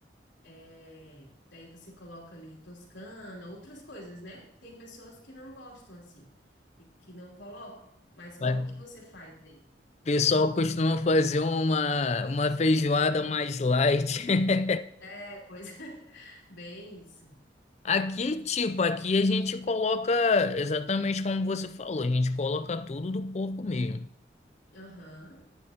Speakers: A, on the left; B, on the left.
A: É, daí você coloca ali Toscana, outras coisas, né? Tem pessoas que não gostam assim, e que não colocam. Mas como
B: Vai.
A: que você faz aí?
B: O pessoal costuma fazer uma, uma feijoada mais light. <laughs>
A: É, pois <laughs> é, bem isso.
B: Aqui, tipo, aqui a gente coloca exatamente como você falou, a gente coloca tudo do corpo mesmo.
A: Aham,